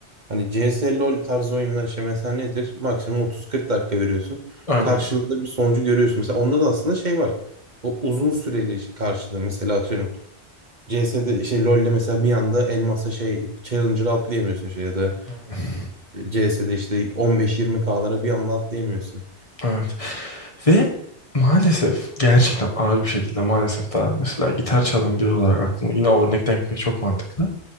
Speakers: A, on the right (about 45°); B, on the left (about 30°).
A: hani CS LoL tarzı oyunlar işte mesela nedir? Maksimum 30-40 dakika veriyorsun.
B: aynen.
A: Karşılığında bir sonucu görüyorsun. Mesela onda da aslında şey var. O uzun süreli iş- karşılığı mesela atıyorum. CS'de şey LoL'de mesela bir anda elmasa şey challenger'ı atlayamıyorsun şey ya da
B: Aynen.
A: CS'de işte 15-20K'lara bir anda atlayamıyorsun.
B: Evet. Ve maalesef gerçekten ağır bir şekilde maalesef daha mesela gitar çalan biri olarak aklıma yine örnekten gitmek çok mantıklı.